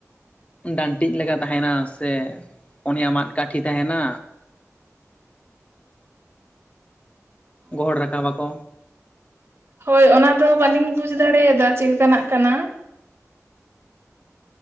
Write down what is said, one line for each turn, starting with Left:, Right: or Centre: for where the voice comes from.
Left: ᱰᱟᱹᱱᱴᱤᱡ ᱞᱮᱠᱟ ᱛᱟᱦᱮᱱᱟ ᱥᱮ ᱯᱩᱱᱭᱟ ᱢᱟᱫ ᱠᱟᱴᱷᱤ ᱛᱟᱦᱮᱱᱟ᱾ ᱜᱚᱦᱚᱲ ᱨᱟᱠᱟᱵ ᱟᱠᱚ
Right: ᱦᱳᱭ ᱚᱱᱟ ᱫᱚ ᱵᱟᱹᱞᱤᱧ ᱵᱩᱡᱽ ᱫᱟᱲᱮᱭᱟᱫᱟ ᱪᱮᱫ ᱞᱮᱠᱟᱱᱟᱜ ᱠᱟᱱᱟ᱾